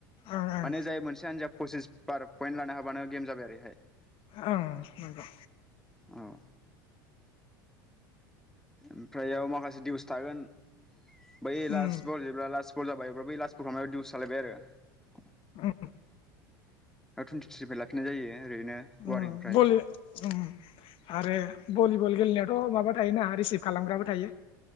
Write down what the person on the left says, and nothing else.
ओं ओं
ओं नंगौ।
उम
उम
उम बलि उम हारे भलिबल गेलेनायावथ' माबा थायोना रिसिभ खालामग्राबो थायो।